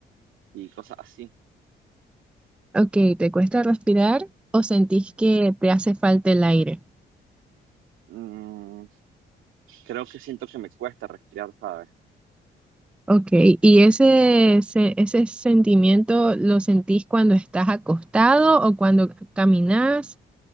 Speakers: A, on the right; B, in the centre.
A: y cosas así.
B: Ok, ¿te cuesta respirar o sentís que te hace falta el aire?
A: Mm, creo que siento que me cuesta respirar, ¿sabe?
B: Ok, ¿y ese, se- ese sentimiento lo sentís cuando estás acostado o cuando caminas